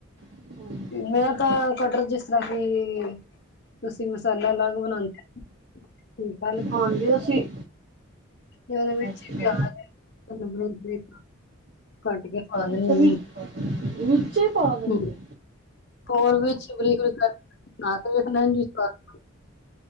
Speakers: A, on the right (about 50°); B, on the left (about 50°).
A: ਬਣਦਾ
B: ਮੈਂ ਤਾਂ ਕਟਲ ਜਿਸ ਤਰ੍ਹਾਂ ਕਿ ਤੁਸੀਂ ਮਸਾਲਾ ਅਲੱਗ ਬਣਾਦੇ। ਠੀਕਲ
A: ਹਾਂਜੀ ਅਸੀਂ
B: ਤੇ ਓਦੇ ਵਿਚ
A: ਅੱਛਾ
B: ਹੀ ਪਿਆਜ ਹਰਿਮਿਰਚ <inaudible> ਕਟ ਕੇ। ਪਾ ਦਿੰਦੀ
A: ਅੱਛਾ, ਵਿੱਚ ਹੀ ਪਾ ਦਿੰਦੇ, <unintelligible> ਵਿੱਚੇ ਪਾ ਦਿੰਦੇ?
B: ਹਾਂ। ਹੋਰ ਵਿੱਚ ਬ੍ਰਰੀ-ਬ੍ਰੀਕ ਕਰਕੇ <unintelligible>